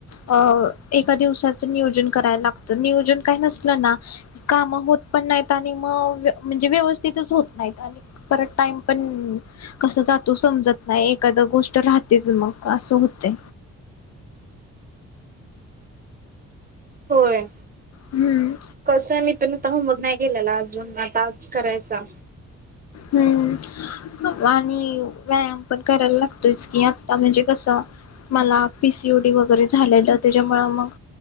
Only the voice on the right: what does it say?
होय.
कसय मी तुला- होमवर्क नाही केलेला, अजून आता आज करायचा.